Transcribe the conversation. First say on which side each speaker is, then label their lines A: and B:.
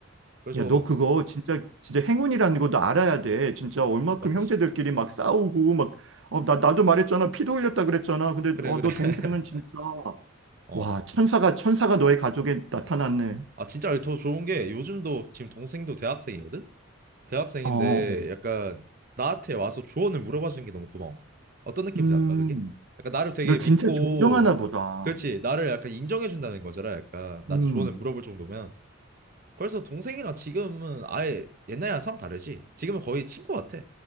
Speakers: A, on the right; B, on the right.
A: 그래서
B: 야, 너 그거 진짜, 진짜 행운이라는 것도 알아야 돼. 진짜 얼마큼
A: 마치
B: 형제들끼리 막 싸우고, 막, 어, 나, 나도 말했잖아. 피도 흘렸다 그랬잖아. 근데,
A: 그래
B: 어,
A: 그래
B: 너
A: <laughs>
B: 동생은 진짜,
A: 어.
B: 와, 천사가, 천사가 너의 가족에 나타났네.
A: 아 진짜 더 좋은 게 요즘도 지금 동생도 대학생이거든? 대학생인데
B: 어,
A: 약간 나한테 와서 조언을 물어봐 주는 게 너무 고마워. 어떤 느낌인지
B: 음,
A: 안가 그게? 약간 나를 되게
B: 너 진짜
A: 믿고
B: 존경하나 보다.
A: 그렇지 나를 약간 인정해 준다는 거잖아. 약간 나한테
B: 음.
A: 조언을 물어볼 정도면. 그래서 동생이랑 지금은 아예 옛날이랑 상 다르지? 지금은 거의 친구 같아.